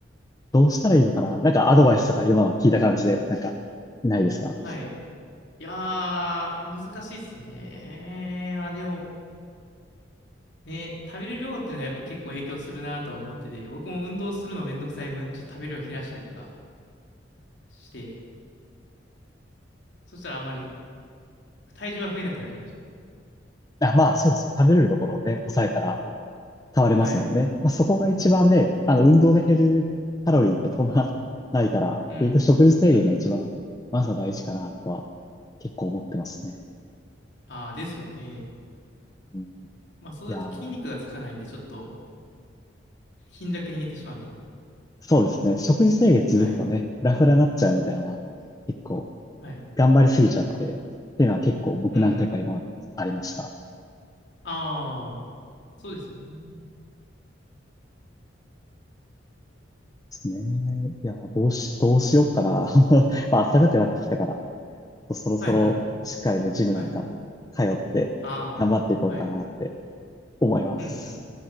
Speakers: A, on the left (about 20°); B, on the left (about 65°).
A: どうしたらいいのかななんかアドバイスとか今の聞いた感じで、なんか、ないですか
B: はい。いやー、難しいっすね。まあでも、ね、食べる量っていうのがやっぱ結構影響するなとは思ってて、僕も運動するのめんどくさい分、ちょっと食べる量減らしたりとかして、そしたらあんまり体重は増えなくなりました。
A: あ、まあ、そうですよ。食べれるところをね、抑えたら、変われますもんね。
B: はい。
A: まあ、そこが一番ね、あの、運動で減るカロリーってそんなないから、
B: うん。
A: 結局食事制限が一番、
B: うん。
A: まずは大事かなとは結構思ってますね。
B: ああ、ですよね。
A: うん、い
B: まあ、そうだと筋肉がつかないんで、
A: やー、
B: ちょっと貧弱に寝てしまうんで。
A: そうですね。食事制限続くとね、
B: はい。
A: フラフラになっちゃうみたいなのは、結構
B: はい。
A: 頑張りすぎちゃって、っていうのは結構僕何回か今までありました。
B: うん。ああ、そうですよね。
A: ですね。いやー、どうし、どうしようかな。<laughs> まあ、暖かくなってきたから、そろそろしっかりね、
B: はいはい。
A: ジムなんか通って頑張っていこうかなって
B: はい。ああ、はい。
A: 思います。
B: うんうん